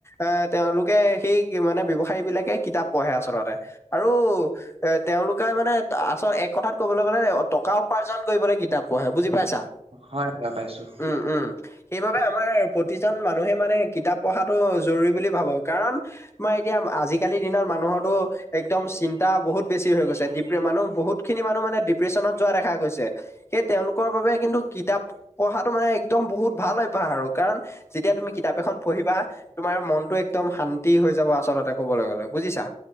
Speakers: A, on the left; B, on the right.
A: আহ তেওঁলোকে সেই মানে ব্যৱসায়ী বিলাকে কিতাপ পঢ়ে আচলতে আৰু এ তেওঁলোকে মানে আচলতে এক কথাত কবলৈ গ'লে টকা উপাৰ্জন কৰিবলৈ কিতাপ পঢ়ে বুজি পাইছা।
B: হয় হয় পাইছো।
A: উম উম। সেইবাবে আমাৰ প্ৰতিজন মানুহে মানে কিতাপ পঢ়াটো জৰুৰী বুলি ভাবো কাৰণ তোমাৰ এতিয়া আজিকালিৰ দিনত মানুহৰটো একদম চিন্তা বহুত বেছি হৈ গৈছে ড মানুহ বহুতখিনি মানে ডিপ্ৰেচনত যোৱা দেখা গৈছে। সেই তেওঁলোকৰ বাবে কিন্তু কিতাপ পঢ়াটো মানে একদম বহুত ভাল অভ্যাস আৰু কাৰণ যেতিয়া তুমি কিতাপ এখন পঢ়িবা তোমাৰ মনটো একদম শান্তি হৈ যাব আচলতে কবলৈ গলে বুজিছা।